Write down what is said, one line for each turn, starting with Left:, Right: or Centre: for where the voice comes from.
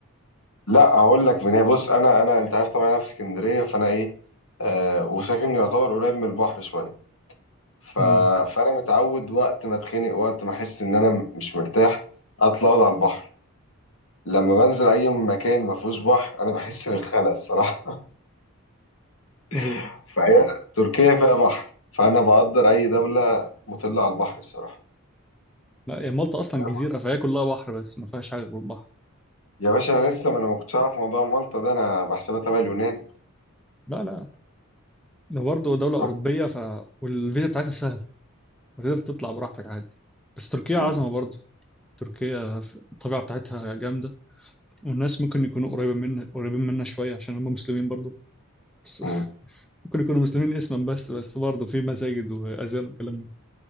Left: لا هقول لك من هنا بص انا انا انت عارف طبعا انا في اسكندريه فانا ايه آه وساكن يعتبر قريب من البحر شويه ف...
Centre: امم
Left: فانا متعود وقت ما اتخنق وقت ما احس ان انا مش مرتاح اطلع اقعد على البحر لما بنزل اي مكان ما فيهوش بحر انا بحس بالخنقه الصراحه
Centre: هي
Left: <laughs> فهي تركيا فيها بحر فانا بقدر اي دوله مطله على البحر الصراحه
Centre: لا هي مالطا اصلا
Left: فاهم
Centre: جزيره
Left: قصدي؟
Centre: فهي كلها بحر بس ما فيهاش حاجه غير البحر
Left: يا باشا انا لسه ما انا ما كنتش اعرف موضوع مالطا ده انا بحسبها تبع اليونان
Centre: لا لا لو برضه دوله اوروبيه
Left: رحت
Centre: ف والفيزا بتاعتها سهله فتقدر تطلع براحتك عادي بس تركيا
Left: مم.
Centre: عظمه برضه تركيا ف- الطبيعه بتاعتها جامده والناس ممكن يكونوا قريبه منا قريبين منا شويه عشان هم مسلمين برضه بس <laughs>
Left: مم.
Centre: ممكن يكونوا مسلمين اسما بس بس برضه في مساجد واذان وكلام من